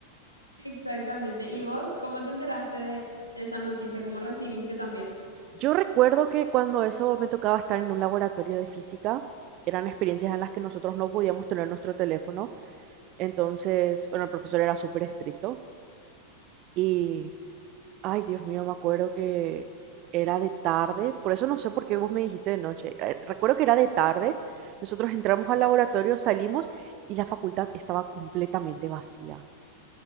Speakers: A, on the right; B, on the right.
A: Exactamente. ¿Y vos cómo te enteraste de, de esa noticia? ¿Cómo recibiste también?
B: Yo recuerdo que cuando eso me tocaba estar en un laboratorio de física, eran experiencias en las que nosotros no podíamos tener nuestro teléfono, entonces, bueno, el profesor era súper estricto y, ay, Dios mío, me acuerdo que era de tarde, por eso no sé por qué vos me dijiste de noche, eh, recuerdo que era de tarde, nosotros entramos al laboratorio, salimos y la facultad estaba completamente vacía